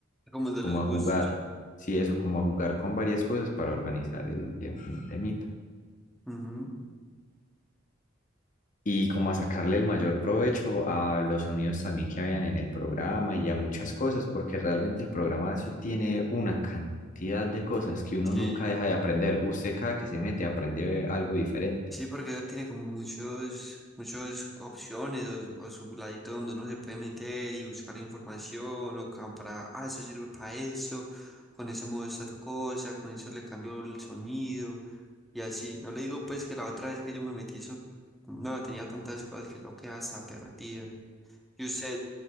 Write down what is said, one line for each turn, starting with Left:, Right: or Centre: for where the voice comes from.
Centre: Como de
Left: como
Centre: los
Left: a
Centre: gustos.
Left: jugar, sí, eso, como a jugar con varias cosas para organizar el, eh, un temita.
Centre: Ujú.
Left: y como a sacarle el mayor provecho a los sonidos también que habían en el programa y a muchas cosas, porque realmente el programa eso tiene una cantidad de cosas que uno
Centre: Sí.
Left: nunca deja de aprender. Usted cada que se mete aprende algo diferente.
Centre: Sí, porque tiene como muchos, muchas opciones o, o su ladito donde uno se puede meter y buscar información o como para, ah, eso sirve para eso, con ese modo esta cosa, con eso le cambio el sonido y así. No le digo pues que la otra vez que yo me metí eso, no, tenía tantas cosas que yo quedaba hasta perdido. Y usted,